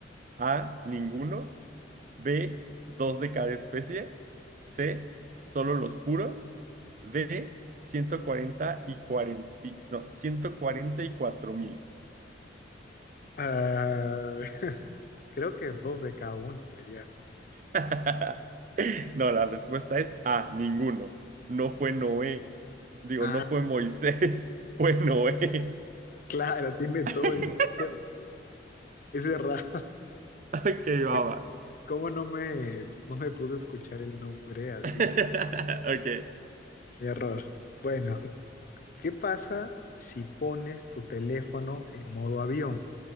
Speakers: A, on the right; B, on the left.
A: A, ninguno. B, dos de cada especie. C, solo los puros. D, 140 y 40 y- no, 144 mil.
B: Ah, <laughs> creo que dos de cada uno sería, ¿no?
A: <laughs> No, la respuesta es A, ninguno. No fue Noé. Digo,
B: Ah,
A: no fue Moisés, <laughs> fue Noé.
B: claro, tiene
A: <laughs>
B: todo el sentido del mundo. Es verdad.
A: Ok, baba.
B: <laughs> ¿Cómo no me, no me puse a escuchar el nombre así?
A: <laughs> Ok,
B: Error. Bueno, ¿qué pasa si pones tu teléfono en modo avión?